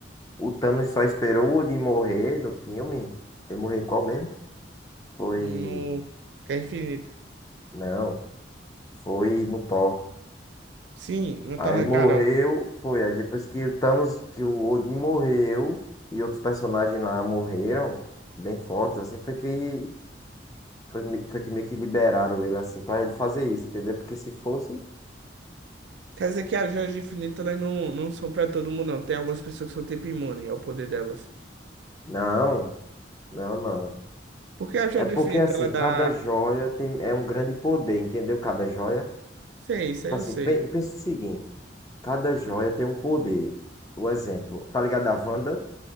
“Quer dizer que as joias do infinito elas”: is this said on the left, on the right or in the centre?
Right